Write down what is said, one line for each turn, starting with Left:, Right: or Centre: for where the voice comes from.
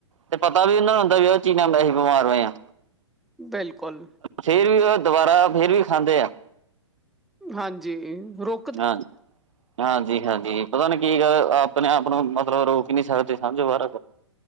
Right: ਤੇ ਪਤਾ ਵੀ ਉਨਾਂ ਨੂੰ ਹੁੰਦਾ ਵੀ ਉਹ ਚੀਜ਼ ਨਾਲ ਮੈਂ ਵੀ ਬਿਮਾਰ ਹੋਏ ਹਾਂ।
Centre: ਬਿਲਕੁਲ-
Right: ਫੇਰ ਵੀ ਉਹ ਦੁਬਾਰਾ ਫੇਰ ਵੀ ਖਾਂਦੇ ਆ
Centre: ਹਾਂਜੀ ਰੁ
Right: <unintelligible> ਹਾਂਜੀ- ਹਾਂਜੀ, ਪਤਾ ਨੀਂ ਕੀ ਗੱਲ ਆਪਨੇ ਆਪ ਨੂੰ ਮਤਲਬ ਰੋਕ ਨੀ ਸਕਦੇ ਸਮਜੋ ਬਾਰ